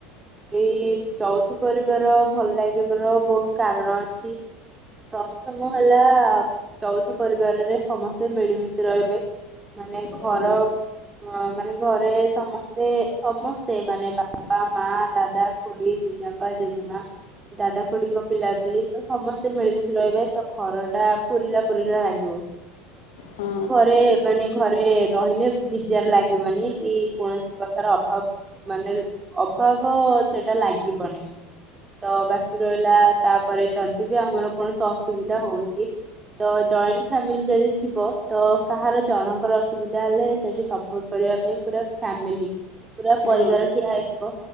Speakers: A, on the right; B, on the left.
A: ଏଇ ଯୌଥ ପରିବାର ଭଲ୍ ଲାଗିବାର ବହୁତ୍ କାରଣ ଅଛି। ପ୍ରଥ ମ ହେଲା ଯୌଥ ପରିବାରରେ ସମସ୍ତେ ମିଳିମିଶି ରହିବେ। ମାନେ ଘର
B: ହୁଁ
A: ହଁ, ମାନେ ଘରେ ସମସ୍ତେ-ସମସ୍ତେ ମାନେ ବାପା, ମା, ଦାଦା ଖୁଡି, ଜେଜେଆପା, ଜେଜେମା, ଦାଦା ଖୁଡିଙ୍କ ପିଲାପିଲି ତ ସମସ୍ତେ ମିଳିମିଶି ରହିବେ। ତ ଘରଟା ପୁରିଲା-ପୁୁରିଲା ଲାଗିବ।
B: ହଁ।
A: ଘରେ ମାନେ ଘରେ ରହିଲେ <unintelligible> ଲାଗିବନି କି କୌଣସି କଥାର ଅଭାବ ମାନେ ଅଭାବ ସେଟା ଲାଗିବନି। ତ ବାକି ରହିଲା ତାପରେ ଯଦି ବି ଆମର କୌଣସି ଅସୁବିଧା ହଉଚି ତ ଜଏଣ୍ଟ ଫ୍ୟାମିଲି ଯଦି ଥିବ ତ କାହାର ଜଣଙ୍କର ଅସୁବିଧା ହେଲେ ସେଠି ସପୋର୍ଟ କରିବା ପାଇଁ ପୁରା ଫାମିଲି ପୁରା ପରିବାର
B: ହଁ
A: ଠିଆ ହେଇଥିବ,